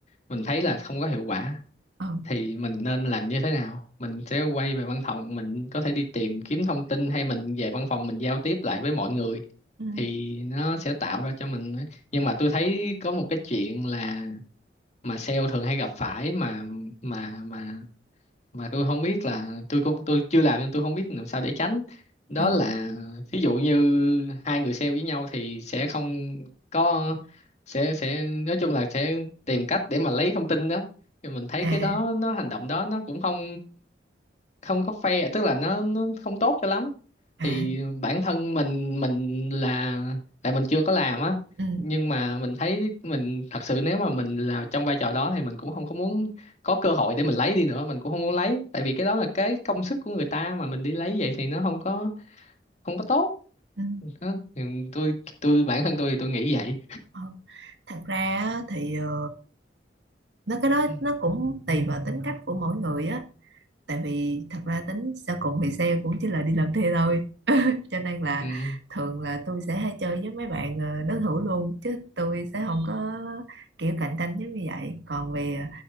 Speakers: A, on the left; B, on the right.
A: mình thấy là không có hiệu quả
B: ừ,
A: thì mình nên làm như thế nào mình sẽ quay về văn phòng mình có thể đi tìm kiếm thông tin hay mình về văn phòng mình giao tiếp lại với mọi người
B: ừ,
A: thì nó sẽ tạo ra cho mình nhưng mà tôi thấy có một cái chuyện là mà sale thường hay gặp phải mà mà mà mà tôi không biết là tôi cũng tôi chưa làm nên tôi không biết làm sao để tránh đó
B: ừ,
A: là ví dụ như hai người sale với nhau thì sẽ không có sẽ sẽ nói chung là sẽ tìm cách để mà lấy thông tin đó Thì mình thấy
B: à
A: cái đó nó hành động đó nó cũng không không có fair tức là nó nó không tốt cho lắm
B: à
A: thì bản thân mình mình là tại mình chưa có làm á
B: ừ,
A: nhưng mà mình thấy mình thật sự nếu mà mình là trong vai trò đó thì mình cũng không có muốn có cơ hội để mình lấy đi nữa mình cũng không muốn lấy tại vì cái đó là cái công sức của người ta mà mình đi lấy vậy thì nó không có không có tốt
B: ừ.
A: đó. Thì tôi tôi bản thân tôi thì tôi nghĩ vậy
B: Ờ, Thật ra á, thì ờ, nó cái đó
A: ừ.
B: nó cũng tùy vào tính cách của mỗi người á tại vì thật ra tính sau cùng thì sale cũng chỉ là đi làm thuê thôi cho nên là
A: Ừ.
B: thường là tôi sẽ hay chơi với mấy bạn ờ, đối thủ luôn chứ tôi sẽ không có kiểu cạnh tranh giống như vậy còn về ờ,